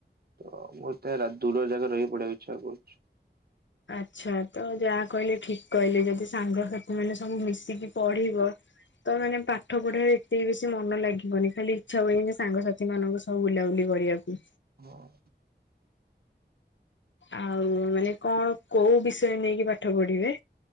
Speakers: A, on the right; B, on the left.
A: ତ ମତେ ଦୂର ଜାଗାରେ ରହି ପଢିବାକୁ ଇଚ୍ଛା ହୋଉଛି।
B: ଆଚ୍ଛା, ତ ଯାହା କହିଲେ ଠିକ କହିଲେ ଯଦି ସାଙ୍ଗସାଥି ମାନେ ସବୁ ମିଶିକି ପଢିବ ତ ମାନେ ପାଠ ପଢାରେ ଏତେବି ବେଶୀ ମନ ଲାଗିବନି, ଖାଲି ଇଚ୍ଛା ହବ ସାଙ୍ଗସାଥି ମାନଙ୍କ ସହ ବୁଲାବୁଲି କରିବାକୁ।
A: ହଁ।
B: ଆଉ ମାନେ କଣ କୋଉ ବିଷୟ ନେଇକି ପାଠ ପଢିବେ?